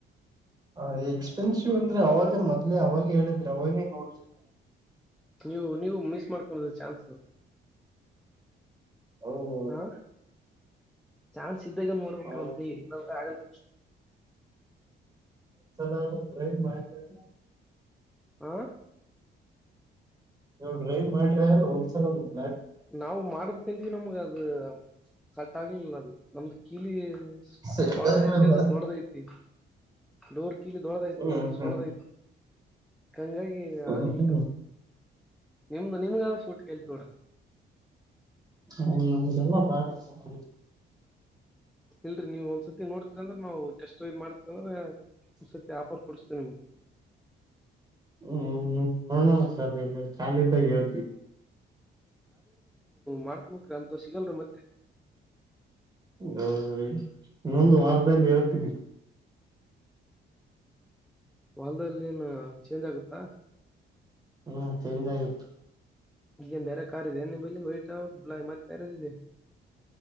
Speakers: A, on the right (about 20°); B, in the centre.
A: ಹ ಎಕ್ಸ್ಪೆನ್ಸಿವ್ ಅಂದ್ರೆ ಅವಾಗೆ ಮೊದ್ಲೇ ಅವಾಗ ಹೇಳಿದ್ರೆ ಅವಾಗ ನೋಡ್ಲ ನ
B: ನೀವು ನೀವು ಮಿಸ್ ಮಾಡ್ಕೊಂಡ್ರು ಚಾನ್ಸ್
A: ಹೌದೌದು
B: ಹಾ ಚಾನ್ಸ ಚಾನ್ಸ್ ಇದ್ದಾಗ ನೋಡ್ಬೇಕು
A: ಹ
B: ಒಂದು ಕೈ ಇಲ್ಲ ಅಂದ್ರ ಆಗಲ್ಲ
A: ಸರ್ ನಾ ಅದ್ನ ಡ್ರೈವ್ ಮಾಡದೇ ಇಲ್ಲಾ
B: ಆ
A: ನೀವು ಡ್ರೈವ್ ಮಾಡ್ರಿ ಅಲ್ ಒಂದ್ಸಲ ಒಂದು ಬ
B: ನಾವು ಮಾಡ್ಬೇಕಂತವಿ ನಮ್ಗ ಅದು ಸೆಟ್ ಆಗ್ಲಿಲ್ಲ ಅದು ನಮ್ದ ಕೀಲಿ
A: ಸೆಟ್
B: ಸೋನಾದ
A: ಆಗ್ಲಿಲ್ಲ
B: ಐತಿ ಅದ ದೊಡ್ಡದ ಐತಿ ಡೋರ್ ಕೀಲಿ ದೊಡ್ಡದ ಐತೆ
A: ಹ್ಮ್
B: ನಮ ಸಣ್ಣದ
A: ಹ್ಮ್
B: ಐತಿ ಹಂಗಾಗಿ
A: ಹ್ಮ್
B: ಆಗ್ಲಿಲಾ
A: ಹ್ಮ್
B: ಕೆಲ್ಸ ನಿಮ್ದ ನಿಮಗೆಲ್ಲ ಸ್ಕೂಟಿ ಕಲ್ತ್ ನೋಡ್ರಿ
A: ನಮ್ದ ಎಲ್ಲಾ ಬ್ಯಾಡ ಸಾರ್
B: ಇಲ್ರರಿ ನೀವ ಒಂದ್ಸರ್ತಿ ನೋಡ್ತರಿ ಅಂದ್ರ ನಾವು ಟೆಸ್ಟ್ ಡ್ರೈವ್ ಮಾಡ್ತ ಅಂದ್ರ ಒಂದ್ ಸತಿ ಆಫರ್ ಕೊಡಿಸ್ತೇ ನಿಮಗ
A: ಹೂ ನೋಡೋಣ ಸರ್ ಈಗ ಖಾಲಿ ಇದಾಗ ಹೇಳ್ತೀವಿ
B: ಮಾಡ್ಕಬೇಕ್ರ ಅಂತ ಸಿಗಲ್ರರಿ ಮತ್ತೆ
A: ಹೌದರಿ ಇನ್ನೊಂದು ವಾರದಲ್ಲಿ ಹೇಳತೀನಿ
B: ಹೊಲದಲ್ಲಿ ಏನು ಚೇಂಜ್ ಆಗುತ್ತಾ
A: ಹ್ಮ ಚೇಂಜ್ ಆಗಿತ್ತು.
B: ನ್ ಬೇರೆ ಕಾರಿದೆ ಬಲಿ ವೈಟಾವಲ ಮತ್ತ ಬೀರಿದೆ.